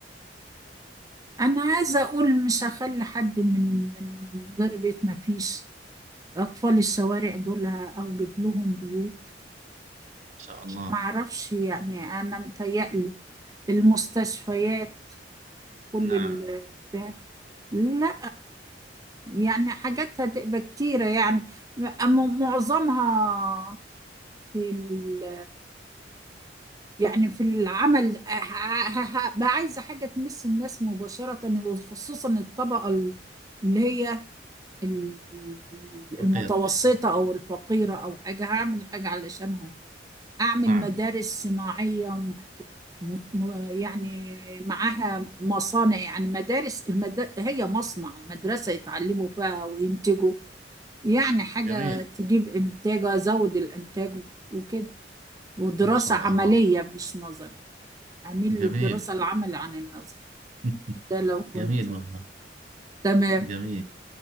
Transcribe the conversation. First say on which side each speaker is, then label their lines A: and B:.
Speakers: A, on the right (about 20°); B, on the right (about 45°).
A: أنا عايزة أقول مش هخلي حد من من غير بيت ما فيش أطفال الشوارع دول هأوجد لهم بيوت
B: شاء الله
A: معرفش يعني أنا متهيألي المستشفيات كل
B: نعم
A: ال- ده لا يعني حاجاتها تبقى كتيرة يعني م- معظمها في ال يعني في العمل ه- ه- هبقى عايزة حاجة تمس الناس مباشرة وخصوصا الطبقة ال- اللي هي ال-
B: فقيرة
A: المتوسطة أو الفقيرة أو حاجة هعمل حاجة علشانهم أعمل
B: نعم
A: مدارس صناعية محت... م... م... يعني معاها مصانع يعني مدارس المد... هي مصنع مدرسة يتعلموا فيها وينتجوا يعني حاجة
B: جميل
A: تجيب إنتاج أزود الإنتاج وكده ودراسة
B: ما شاء
A: عملية
B: الله
A: مش نظري أميل للدراسة
B: جميل
A: العمل عن النظر
B: <laughs>
A: ده لو كنت
B: جميل والله
A: تمام
B: جميل